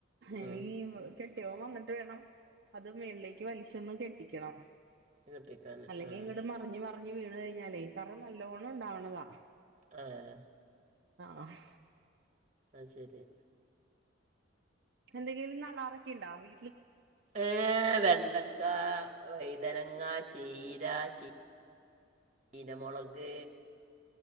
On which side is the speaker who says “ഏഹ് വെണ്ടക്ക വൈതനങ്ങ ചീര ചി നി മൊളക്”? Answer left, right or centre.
Right